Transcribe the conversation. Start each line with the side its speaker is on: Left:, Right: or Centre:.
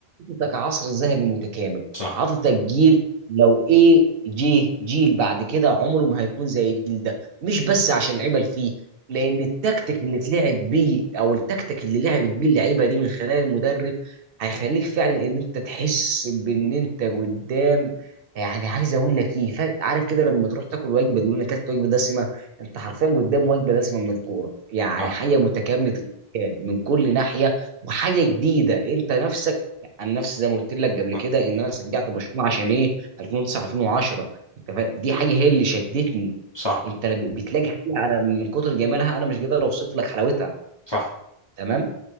Right: عطتك عصر ذهبي متكامل
Left: صح
Right: عطتك جيل لو ايه جه جيل بعد كده عمره ما هيكون زي الجيل ده مش بس عشان اللعيبه اللي فيه لان التكتيك اللي اتلعب بيه او التكتيك اللي لعبت بيه اللعيبه دي من خلال المدرب هيخليك فعلا ان انت تحس بان انت قدام يعني عايز اقول لك ايه فا- عارف كده لما تروح تاكل وجبه تقول انا اكلت وجبه دسمه انت حرفيا قدام وجبه دسمه من الكوره يعني
Left: صح
Right: حاجه متكامله الاركان من كل ناحيه وحاجه جديده انت نفسك عن نفسي زي ما قلت لك قبل
Left: صح
Right: كده ان انا شجعت برشلونه عشان ايه 2009 2010 انت فاهم دي حاجه هي اللي شدتني
Left: صح
Right: انت لا ب- بتلاقي حاجه انا من كتر جمالها انا مش قادر اوصف لك حلاوتها
Left: صح
Right: تمام